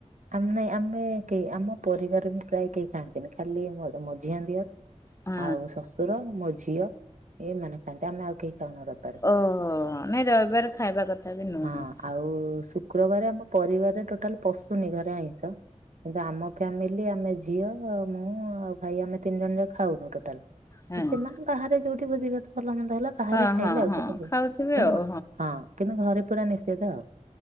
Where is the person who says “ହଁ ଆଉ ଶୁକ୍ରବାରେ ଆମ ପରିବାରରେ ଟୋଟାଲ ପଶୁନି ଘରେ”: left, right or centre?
Right